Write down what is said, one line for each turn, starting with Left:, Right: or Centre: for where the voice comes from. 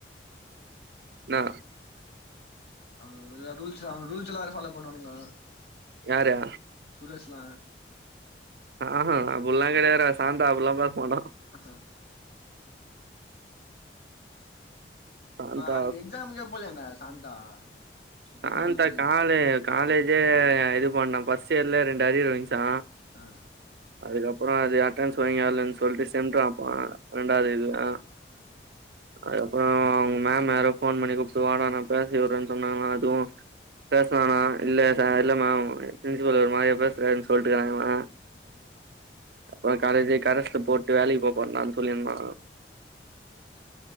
Right: என்னா
Left: அவுனுங்கல்ல ரூல்ஸூடா ரூல்ஸலா வேற ஃபாலோ பண்ணுவானுங்கோ
Right: யாரு
Left: சுரேஸ்லா
Right: ஆஹான் அப்புல்லா கெடையாதுடா சாந்தா அப்புல்லா பேச மாட்டா
Left: ஆ
Right: சாந்தா
Left: அவே எக்ஸாமுக்கே போலயான்ட்டா சாந்தா அந்த
Right: சாந்தா
Left: பொண்ணு சொல்லிச்சு
Right: காலே காலேஜே இது பண்ணா பஃர்ஸ்ட் இயர்லய ரெண்டு அரியர் விழுந்துச்சா
Left: அ
Right: அதுக்கப்புறோ அது அட்டன்ஸ் வாங்கியாலன்னு சொல்லிட்டு சென்ட்ராப்பா ரெண்டாவது இதுவா
Left: அ
Right: அது அப்பறோ அவுங்க மேம் வேற ஃபோன் பண்ணி கூப்ட்டு வாடா நா பேசி விடுறேனு சொன்னாங்கன்னா அதுவு பேசுலாண்ணா இல்ல ச இல்ல மேம் பிரின்சிபல் ஒரு மாரியா பேசுறாருன்னு சொல்லிட்டு இருக்காங்களா
Left: ம்
Right: அப்பற காலேஜே கரஸ்ல போட்டு வேலைக்கு போப்போரன்டான் சொல்லிர்ந்தா